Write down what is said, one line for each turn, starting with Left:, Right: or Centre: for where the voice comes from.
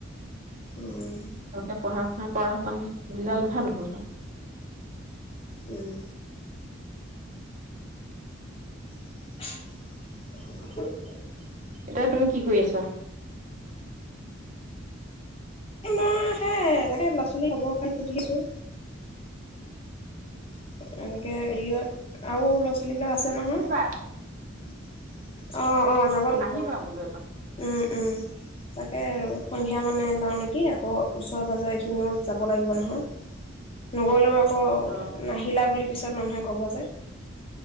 Left: উম।
Right: ভালকে পঢ়া শুনা কৰা হেতেন ৰিজাল্ট ভাল হ'ল হয়।
Left: উম। <inaudible>
Right: এতিয়া তুমি কি কৰি আছ?
Left: মই সে তাকে ল'ৰা ছোৱালী খবৰ পাই সুধি আছোঁ। <unintelligible> আৰু লৰা ছোৱালী বিলাক আছে নে
Right: আহিবা
Left: <unintelligible> অ। অ যাব লাগিব
Right: আহিবা
Left: অহ
Right: বোলো এপাক
Left: উম উম। তাকে সন্ধিয়া মানে যাও নেকি আকৌ ওচৰে পাজৰে এইখিনিও যাব লাগিব নহয় নগলেও আকৌ। অঁ
Right: অ
Left: নাহিলা বুলি। পিছত মানুহে ক'ব যে।